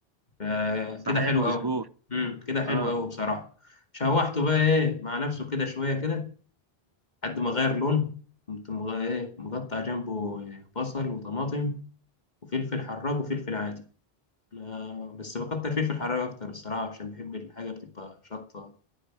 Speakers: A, on the left; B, on the right.
A: فكده
B: صحيح
A: حلو
B: مظبوط
A: أوي امم كده حلو
B: اه
A: أوي بصراحة شوحته بقى ايه مع نفسه كده شوية كده لحد ما غير لون قمت مغ- ايه مقطع جنبه بصل وطماطم وفلفل حراج وفلفل عادي آه، بس بكتر فيه في الحرارة أكتر الصراحة عشان بحب الحاجة بتبقى شطة